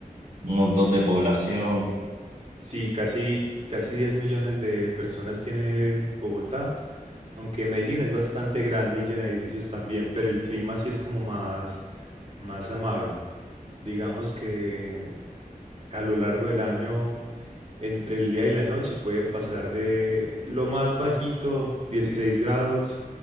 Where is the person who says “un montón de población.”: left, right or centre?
Right